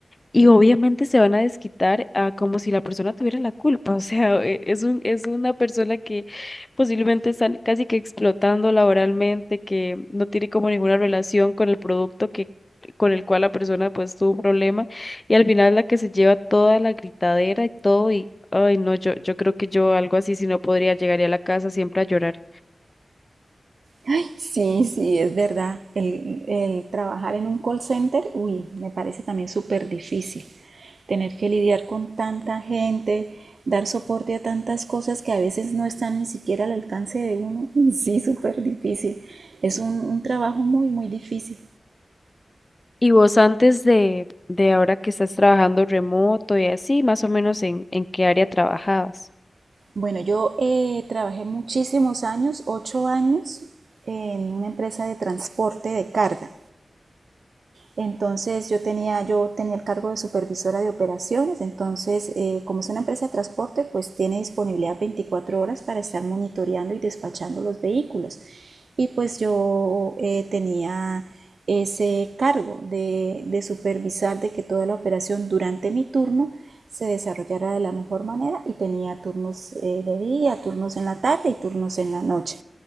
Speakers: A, on the left; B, on the right.
A: y obviamente se van a desquitar a como si la persona tuviera la culpa. <laughs> O sea, e- es un, es una persona que posiblemente está casi que explotando laboralmente, que no tiene como ninguna relación con el producto que, con el cual la persona pues tuvo un problema. Y al final la que se lleva toda la gritadera y todo. Y, ay, no, yo, yo creo que yo algo así, si no podría, llegaría a la casa siempre a llorar.
B: Ay, sí, sí, es verdad. El, el trabajar en un call center, uy, me parece también súper difícil. Tener que lidiar con tanta gente, dar soporte a tantas cosas que a veces no están ni siquiera al alcance de uno. <laughs> Uy, sí, súper difícil. Es un, un trabajo muy, muy difícil.
A: Y vos antes de, de ahora que estás trabajando remoto y así, más o menos en, en qué área trabajabas.
B: Bueno, yo eh, trabajé muchísimos años, ocho años, en una empresa de transporte de carga. Entonces yo tenía, yo tenía el cargo de supervisora de operaciones, entonces eh, como es una empresa de transporte, pues tiene disponibilidad 24 horas para estar monitoreando y despachando los vehículos. Y pues yo eh, tenía ese cargo de, de supervisar de que toda la operación durante mi turno se desarrollara de la mejor manera y tenía turnos eh, de día, turnos en la tarde y turnos en la noche.